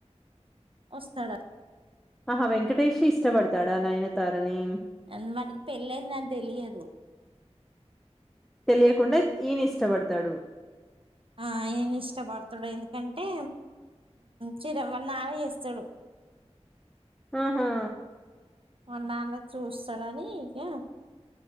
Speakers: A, on the right (about 50°); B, in the centre.
A: ఒస్తాడ్
B: ఆహా వెంకటేష్ ఇష్టపడతాడా నయనతారని
A: ఆన్ వన్క్ పెళ్ళైందిని తెలియదు
B: తెలియకుండ ఇన్ ఇష్టపడతాడు
A: ఆ అయిన్ ఇష్టపడతాడు ఎందుకంటే చిర వనాలి చేస్తాడు
B: ఆహా
A: మనాన్న చూస్తాడని ఇయ